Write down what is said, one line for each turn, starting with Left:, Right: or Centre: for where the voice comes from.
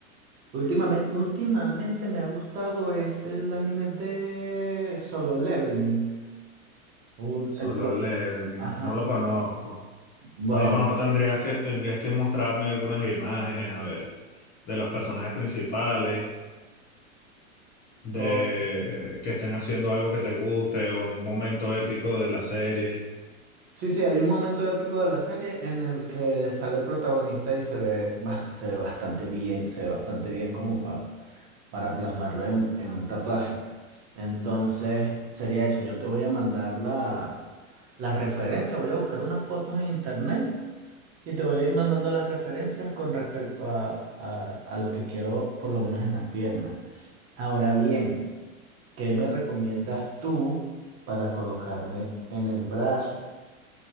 Right: Últimamente, últimamente me ha gustado es el anime de Solo Leveling. Un-
Left: Solo
Right: el pro-
Left: Leveling,
Right: Ajá,
Left: no lo conozco.
Right: bueno.
Left: No lo conozco, tendrías que, tendrías que mostrarme algunas imágenes, a ver, de los personajes principales, de
Right: o-
Left: que estén haciendo algo que te guste o en un momento épico de la serie.
Right: sí, sí, hay un momento épico de la serie en el que sale el protagonista y se ve, ba- se ve bastante bien, se ve bastante bien como pa- para plasmarlo en, en un tatuaje. Entonces, sería eso. Yo te voy a mandar la, la referencia, voy a buscar unas fotos en internet Y te voy a ir mandando las referencias con respecto a, a, a lo que quiero, por lo menos en la pierna. Ahora bien, ¿qué me recomiendas tú para colocarme en el brazo